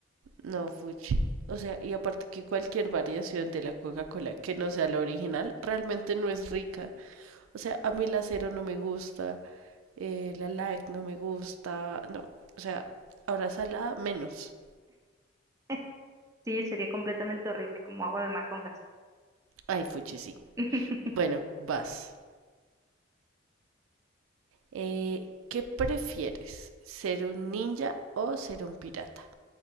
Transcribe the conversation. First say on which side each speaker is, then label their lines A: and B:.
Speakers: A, on the right; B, on the right.
A: No, fuchi. O sea, y aparte que cualquier variación de la Coca-Cola que no sea la original realmente no es rica. O sea, a mí la cero no me gusta, eh, la like no me gusta, no. O sea, ahora salada menos.
B: <laughs> sí, sería completamente horrible, como agua de mar con gas.
A: Ay, fuchi, sí.
B: <laughs>
A: Bueno, vas. Eh, ¿qué prefieres? ¿Ser un ninja o ser un pirata?